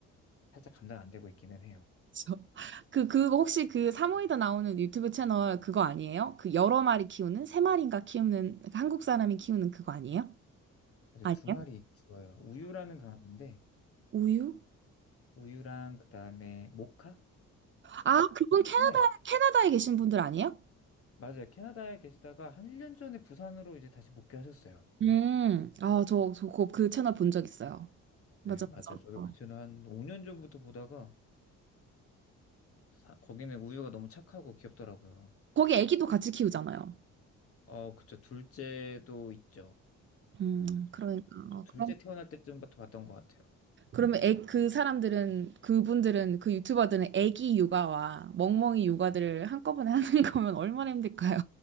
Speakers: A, on the left; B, on the right.
A: 살짝 감당 안 되고 있기는 해요.
B: 그쵸. 그, 그거 혹시 그 사모예드 나오는 유튜브 채널 그거 아니에요? 그 여러 마리 키우는, 세 마리인가 키우는, 한국 사람이 키우는 그거 아니에요?
A: 그래서
B: 아니에요?
A: 두 마리 키워요. 우유라는 강아지인데
B: 우유?
A: 우유랑 그다음에 모카라는
B: 아, 그분 캐나다,
A: 소매
B: 캐나다에 계신 분들 아니에요?
A: 맞아요. 캐나다에 계시다가 한 1년 전에 부산으로 이제 다시 복귀하셨어요.
B: 음, 아, 저, 저, 그, 그 채널 본 적 있어요. 맞아,
A: 네, 맞아요.
B: 맞아.
A: 저도 그
B: 어.
A: 채널 한 5년 전부터 보다가 사- 거기는 우유가 너무 착하고 귀엽더라고요.
B: 거기 애기도 같이 키우잖아요.
A: 어, 그쵸. 둘째도 있죠.
B: 음,
A: 그쵸.
B: 그러니까.
A: 저
B: 아,
A: 둘째
B: 그럼,
A: 태어날 때쯤부터 봤던 것 같아요.
B: 그러면 애, 그 사람들은, 그분들은, 그 유튜버들은 애기 육아와 멍멍이 육아들을 한꺼번에 <laughs> 하는 거면 얼마나 힘들까요?